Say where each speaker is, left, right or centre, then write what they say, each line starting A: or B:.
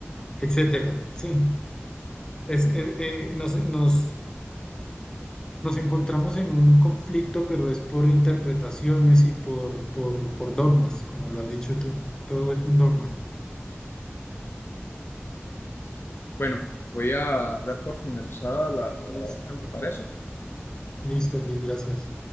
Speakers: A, on the left; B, on the left.
A: etcétera. Sí, es, es- eh, nos, nos, nos encontramos en un conflicto, pero es por interpretaciones y por, por, por dogmas, como lo has dicho tú. Todo es un dogma.
B: Exactamente. Bueno, voy a dar por finalizada la la
A: Listo.
B: grabación, ¿te parece?
A: Listo, Luis, gracias.